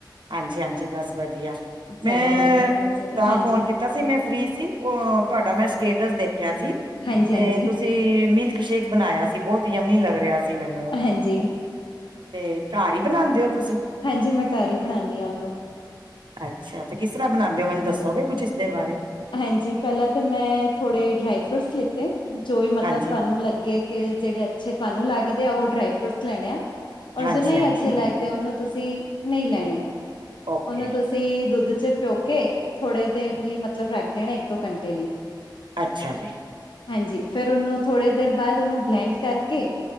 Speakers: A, on the right (about 75°); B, on the left (about 80°).
A: ਹਾਂਜੀ-ਹਾਂਜੀ, ਬਸ ਵਧੀਆ।
B: ਚਲੋ
A: ਮੈਂ
B: ਵਧੀਆ ਵਧੀਆ
A: ਤਾਂ
B: ਹਾਂਜੀ
A: ਫੋਨ ਕੀਤਾ ਸੀ, ਮੈਂ ਫਰੀ ਸੀ ਓ ਤੁਹਾਡਾ ਮੈਂ ਸਟੇਟਸ ਦੇਖਆ ਸੀ।
B: ਹਾਂਜੀ-ਹਾਂਜੀ।
A: ਸੀ ਮਿਲਕ ਸ਼ੇਕ ਬਣਾਇਆ ਸੀ ਬਹੁਤ ਯਮੀ ਲੱਗ ਰਿਹਾ ਸੀ ਮੈਨੂੰ
B: ਹਾਂਜੀ,
A: ਤੇ ਘਰ ਹੀ ਬਣਾਉਂਦੇ ਹੋ ਤੁਸੀਂ
B: ਹਾਂਜੀ ਮੈਂ ਘਾਰੀ ਬਣਾਨੀਂ ਆਂ ਉਹਨੂੰ
A: ਅੱਛਾ ਤੇ ਕਿਸ ਤਰ੍ਹਾਂ ਬਣਾਂਦੇ ਔ ਮੈਨੂੰ ਦੱਸੋਗੇ ਕੁਛ ਇਸਦੇ ਬਾਰੇ।
B: ਹਾਂਜੀ ਪਹਿਲਾਂ ਤਾਂ ਮੈਂ ਥੋੜੇ ਡਰਾਈ ਫਰੂਟਸ ਲਿੱਤੇ, ਜੋ ਵੀ ਮਤਲਬ
A: ਹਾਂਜੀ
B: ਤੁਹਾਨੂੰ ਲੱਗੇ ਕੇ ਜਿਹੜੇ ਅੱਛੇ ਤੁਹਾਨੂੰ ਲੱਗਦੇ ਆ ਉਹ ਡਰਾਈ ਫਰੂਟਸ ਲੈਣੇ ਆ, ਔਰ
A: ਹਾਂਜੀ-ਹਾਂਜੀ
B: ਜੋ ਨਈਂ ਅੱਛੇ ਲੱਗ ਤੇ ਉਹਨੂੰ ਤੁਸੀਂ ਨਈਂ ਲੈਣੇ,
A: ਓਕੇ
B: ਉਹਨੂੰ ਤੁਸੀਂ ਅਸੀਂ ਦੁੱਧ ਚ ਪਿਉ ਕੇ ਥੋੜੇ ਦੇਰ ਲਈ ਮਤਲਬ ਰੱਖ ਦੇਣਾ ਇੱਕ ਦੋ ਘੰਟੇ ਲਈ।
A: ਅੱਛਾ ਜੀ।
B: ਹਾਂਜੀ ਫਿਰ ਉਹਨੂੰ ਥੋੜੇ ਦੇਰ ਬਾਅਦ ਉਹਨੂੰ ਬਲੈਂਡ ਕਰਕੇ